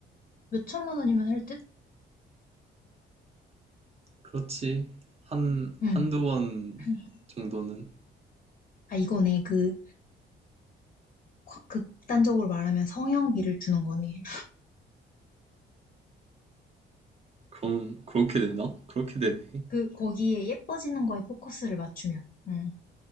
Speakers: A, on the left; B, on the right.
A: 몇 천만 원이면 할 듯?
B: 그렇지. 한,
A: 응.
B: 한두 번
A: <clears throat>
B: 정도는.
A: 아, 이거네. 그, 과- 극단적으로 말하면 성형비를 주는 거네.
B: 그럼 그렇게 되나? 그렇게 되네.
A: 그, 거기에 예뻐지는 거에 포커스를 맞추면. 응.